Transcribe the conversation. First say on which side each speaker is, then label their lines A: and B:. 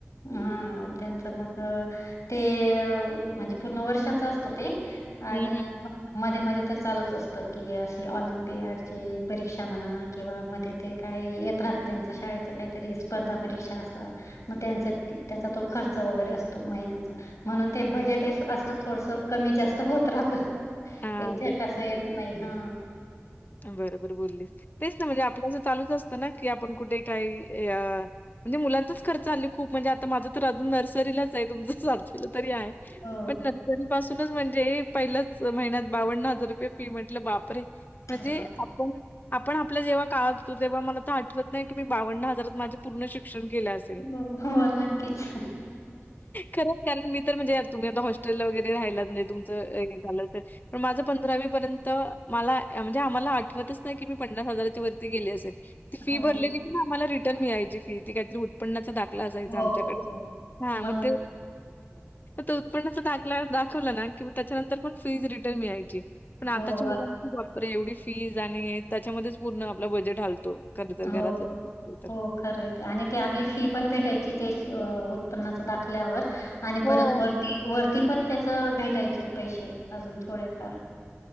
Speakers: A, on the left (about 90°); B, on the left (about 40°).
A: हा त्यांचं मग ते म्हणजे पूर्ण वर्षाचा असत ते आणि-
B: हं, हं.
A: मध्ये मध्ये तर चालूच असत की, अशी ऑलिमपिडची परीक्षा म्हणा किंवा मध्ये ते काय येत राहतं, त्यांच शाळेच काहीतरी स्पर्धा परीक्षा असं मग त्यांच्या त्याचा तो खर्च वगैरे असतो महिन्याचा म्हणून ते बजेट असं थोडस कमी जास्त होत राहत.
B: हां,
A: एक्झॅक्ट
B: ते पण
A: असं
B: आहे.
A: येत नाही हा
B: बरोबर बोललीस. तेच ना म्हणजे आपल्या असं चालूच असतं ना की, आपण कुठे काही अ म्हणजे मुलांचाच खर्च हल्ली खूप म्हणजे, आता माझं तर अजून नर्सरीलाच आहे. तुमचं सातवीला तरी आहे.
A: हो.
B: पण री पासूनच म्हणजे पहिल्याच महिन्यात बावन्न हजार रुपये फी म्हटलं, बापरे. म्हणजे
A: अरे वाह!
B: आपण आपण आपला जेव्हा काळ, <unintelligible> तेव्हा मला तर आठवत नाही की, मी बावन्न हजारात माझं पूर्ण शिक्षण केलं असेल.
A: हो हो, नक्कीच.
B: खरंच, कारण मी तर म्हणजे या तुम्ही आता हॉस्टेलला वगैरे राहायलात म्हणजे तुमच एम ए झाल, पण माझ पंधरावी पर्यंत मला म्हणजे आम्हाला आठतच नाही की, मी पन्नास हजाराच्या वरती गेली असेल. ती फी
A: हो,
B: भरलेली आम्हाला रिटर्न मिळायची फी, ती काहीतरी उ त्पन्नाचा दाखला असायचा
A: हो,
B: आमच्याकडे.
A: हो.
B: हा
A: मला
B: मग ते तो उत्पन्नाचा दाखला दाखवलं ना की, त्याच्यानंतर पण फीज रिटर्न मिळायची. पण आताच्या
A: हो,
B: मुलांची बापरे एवढी फीज आणि त्याच्यामध्येच पूर्ण आपला बजेट हालतो. खरं तर
A: हो.
B: घरातलं तर.
A: हो, खरंय ते. आणि ते आपली फी पण भेटायची ते अं उत्पन्नाच दाखल्यावर आणि परत
B: हो.
A: वरती वरती पण त्याच भेटायचे पैसे अजून थोडेफार.